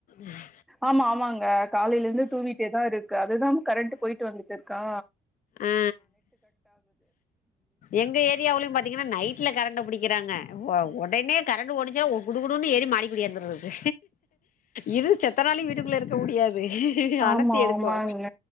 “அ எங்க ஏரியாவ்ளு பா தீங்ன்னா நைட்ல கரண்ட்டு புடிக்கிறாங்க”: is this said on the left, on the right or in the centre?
Left